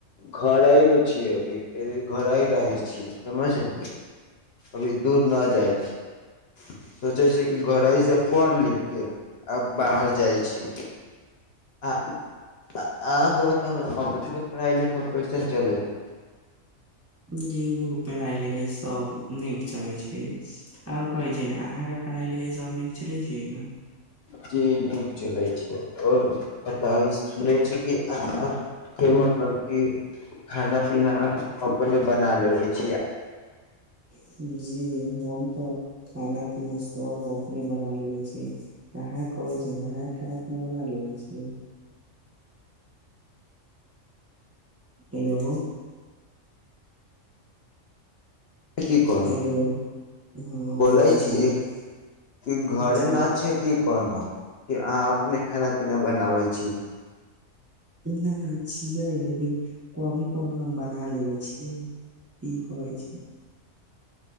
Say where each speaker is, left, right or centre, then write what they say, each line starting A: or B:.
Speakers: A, on the left (about 60°); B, on the right (about 15°).
A: घरै न छियै, अभी घर ह रहै छियै, समझली। अभी दूर न
B: जी
A: जाइ छी। सोचे छी, कि घर से पढ़ लिख, के आब बाहर जाइ छी। आ अहाँ के बताउ ने अपने के पढ़ाई लिखाई कैसन चले छै।
B: ज पढ़ाई लिखाई सब नीक चले छै। आओर कहै छै, ने अहाँ के पढ़ाई लिखाई सभ नीक चलै छै ने।
A: जी नीक चलै छै, आओर बता सुनै छी, कि आहा। फ मतलब क खाना पीना अपने बना लेबै छियै।
B: जी हम तऽ खाना पीना सब अपने बना लेबे छी। आ कहै छै, ने ह खाना पीना बना लेबै छै। हेलो।
A: की कोनो
B: हेलो हँ आब
A: बोै
B: आबै
A: छी,
B: आब।
A: कि घरे
B: जी
A: नाच छ की कहलहु कि अहाँ अपने खाना पीना बनाबै छी।
B: इहाँ छियै लेकिन कभी कभी हम बना लेबे छियै। ई कहइ छै।